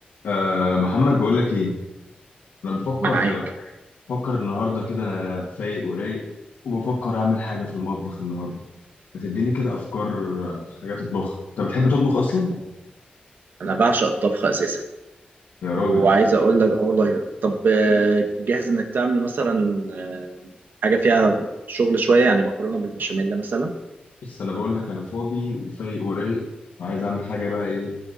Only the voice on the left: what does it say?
أه محمد بقول لك ايه انا بفكر
بفكر النهارده كده انا فايق ورايق وبفكر اعمل حاجه في المطبخ النهارده ما تديني كده افكار آه، حاجات اطبخها انت بتحب تطبخ اصلا
يا راجل
بس انا بقول لك انا فاضي وفايق ورايق وعايز اعمل حاجه بقى ايه